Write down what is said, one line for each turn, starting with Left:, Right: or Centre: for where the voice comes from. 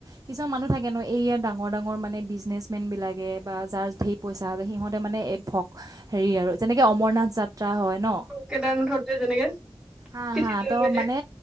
Right: কিছুমান মানুহ থাকে ন এই ইয়াত ডাঙৰ ডাঙৰ মানে বিজনেচ মেন বিলাকে বা যাৰ ধেৰ পইচা আছে সিহঁতে মানে ভ হেৰি আৰু যেনেকে অমৰনাথ যা ত্ৰা হয় ন।
Centre: কেদাৰনাথত যে যেনেকে
Right: হা
Centre: পিঠিত
Right: হা
Centre: লৈ
Right: ত'
Centre: লৈ যায়
Right: মানে